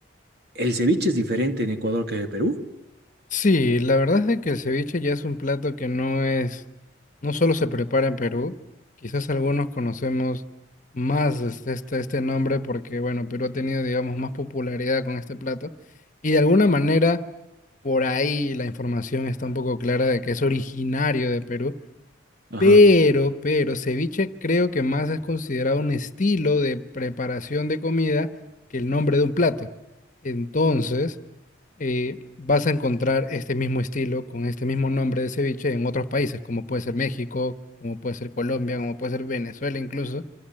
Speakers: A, on the right; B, on the left.
A: el ceviche es diferente en Ecuador que en Perú.
B: Sí, la verdad es de que el ceviche ya es un plato que no es, no solo se prepara en Perú, quizás algunos conocemos más este, este, este nombre porque, bueno, Perú ha tenido, digamos, más popularidad con este plato y de alguna manera por ahí la información está un poco clara de que es originario de Perú,
A: Ajá.
B: pero, pero, ceviche creo que más es considerado un estilo de preparación de comida que el nombre de un plato. Entonces, eh, vas a encontrar este mismo estilo con este mismo nombre de ceviche en otros países, como puede ser México, como puede ser Colombia, como puede ser Venezuela incluso.